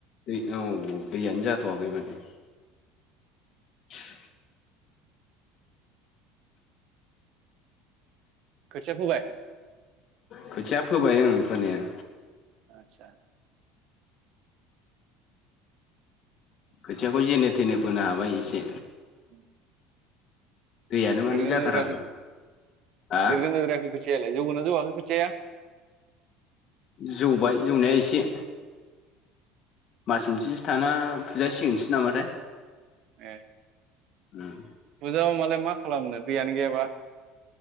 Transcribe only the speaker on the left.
दै औ दैयानो जाथ'वाखै माने <inaudible>
खोथिया फोबाय ओं फोनाया
खोथियाखौ जेने थनो फोनो हाबाय एसे
दैयानो माने
जाथाराखै
हा
जौबाय जौनाया एसे मास मोनसेसो थाना फुजासिगोनसो नामाथाय
ओम